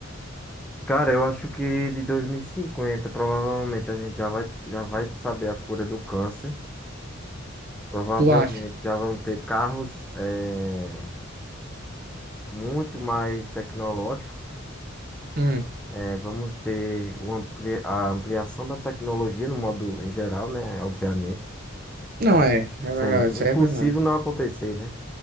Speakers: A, in the centre; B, on the right.
A: Cara, eu acho que de 2050 provavelmente a gente já vai, já vai saber a cura do câncer. Provavelmente
B: Tu acha?
A: já vão ter carros eh, muito mais tecnológicos.
B: Hum.
A: Eh, vamos ter o ampli- a ampliação da tecnologia no modo em geral, né? Obviamente.
B: Não
A: Isso,
B: é, é
A: isso
B: verdade,
A: é impossível
B: isso aí é verdade.
A: não acontecer, né?